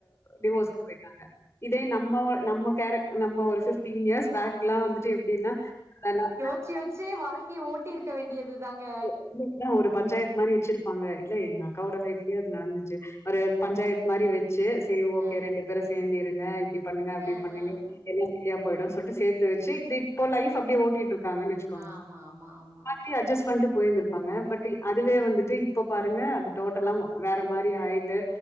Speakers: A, on the right; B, on the left.
A: ம்
B: டிவோஸ்கு
A: ம்
B: போயிட்டாங்க
A: ம்
B: இதே நம்ம நம்ம கேரக் நம்ம ஒரு ஃபிஃப்டீன் இயர்ஸ் பேக் லா வந்துட்டு எப்டின்னா அதெல்லா அன்
A: வச்சு வச்சே வாழ்க்கைய ஓட்டி இருக்க வேண்டியது தாங்க
B: இல்ல இதா ஒரு பஞ்சாயத்து மானி வச்சிருப்பாங்க இல்ல எங்க அக்காவோட லைப்லயே அது நடந்துச்சு ஒரு பஞ்சாயத்து மாரி வச்சு செரி
A: அ
B: ஓகே ரெண்டு பேரு சேந்து இருங்க இப்டி பண்ணுங்க அப்டி
A: அ
B: பண்ணுங்க
A: அ
B: எல்லா சரியா போயுடு சொல்ட்டு சேத்து வச்சு இதோ இப்போ லைஃப் அப்டியே ஓட்டிட்டு இருக்காங்கனு வச்
A: ஆமா ஆமா ஆமா
B: இப்டியே அட்ஜஸ்ட் பண்ணிட்டு போயிருந்திருப்பாங்க பட்டு அதுவே வந்துட்டு இப்ப பாருங்க அது டோட்டலா மா வேற மாரி ஆயிட் டு